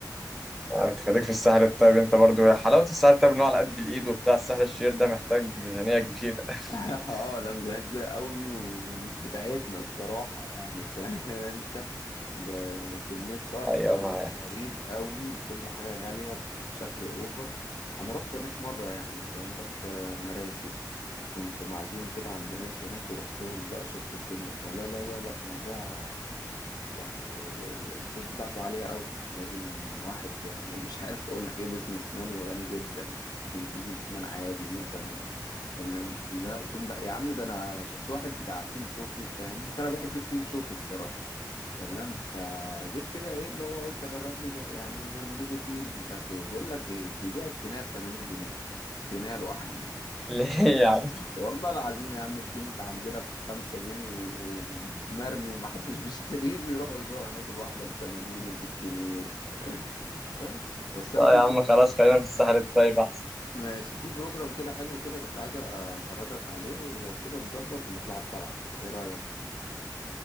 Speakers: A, in the centre; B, on the left.
A: آه، بتخليك في الساحل الطيب أنت برضو يا حلاوة الساحل الطيب إن هو على قد الإيد وبتاع الساحل الشرير ده محتاج ميزانية كبيرة <laughs>
B: <laughs> اه لا ميزانية كبيرة قوي ومش بتاعتنا الصراحة يعني فاهم انت بكمية صرف
A: أيوة معايا
B: غريب قوي وكل حاجة غالية بشكل اوفر انا رحت هناك مرة يعني فاهم رحت مراسي كنت معزوم كده عند ناس هناك ورحت لهم بقى وشفت الدنيا بتاع لا لا لا لا موضوع آه، يعني ال- الفلوس بتاعته عالية قوي لازم واحد يعني <laughs> مش عارف اقول لك ايه بيزنس مان وغني جدا مش بيزنس مان عادي مثلا تمام لا كل لا يا عم ده انا شفت واحد بتاع تين شوكي فاهمني فانا بحب التين شوكي الصراحة تمام فجيت كده ايه اللي هو قلت اجرب لي ده يعني نجيبه تين ومش عارف ايه بقول لك ايه بيبيع التينه ب 80 جنيه تينه لوحده
A: ليه يا عم؟
B: والله العظيم يا عم التين اللي عندنا بخمسة جنيه و- ومرمي ومحدش <laughs> بيشتريه بيروحوا يبيعوا هناك الواحدة بتمانين ومية جنيه و... <laughs> بس بس أنا
A: لا
B: في
A: يا
B: برو...
A: عم خلاص خلينا في الساحل الطيب أحسن
B: ماشي في بروجرام كده حلو كده كنت عايز أفرجك عليه ولو كده نظبط ونطلع الطلعة دي إيه رأيك؟